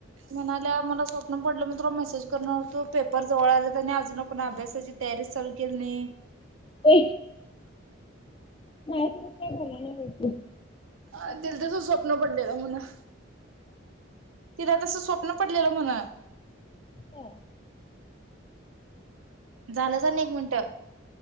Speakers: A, on the right (about 85°); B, on the left (about 25°).
A: म्हणाल्या मला स्वप्न पडलं मित्र मेसेज करणारतो पेपर जवळ आलेनी अजून कोण अभ्यासाची तयारी लू केली नाही
B: हो नाही त काय ना
A: ह ते तच स्वप्न पडलेलं म्हणा तिला तस स्वप्न पडलेलं म्हण
B: हो
A: झालं जा नाही एक मिनट